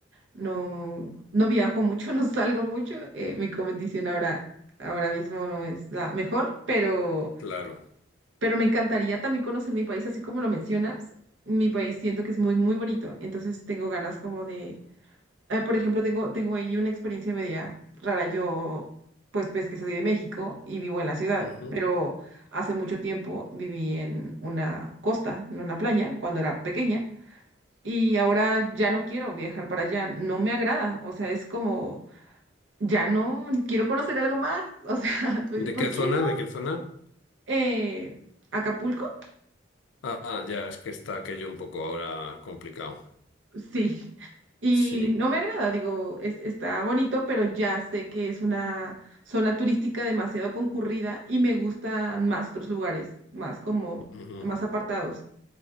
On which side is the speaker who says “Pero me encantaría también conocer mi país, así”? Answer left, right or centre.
Right